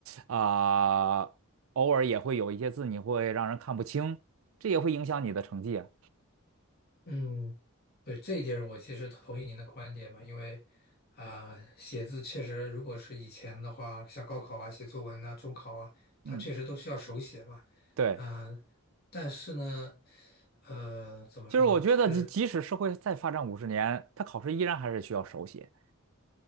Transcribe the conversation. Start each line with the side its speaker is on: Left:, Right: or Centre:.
Right: 啊、偶尔也会有一些字你会让人看不清，这也会影响你的成绩啊。
Left: 嗯，对，这一点我其实同意您的观点嘛，因为啊、写字确实如果是以前的话，像高考啊、写作文啊、中考啊，它确实都需要手写嘛，
Right: 嗯，对，
Left: 嗯、但是呢。呃，怎么说呢？
Right: 就是我觉得即即使社会再发展五十年，
Left: 就是
Right: 它考试依然还是需要手写。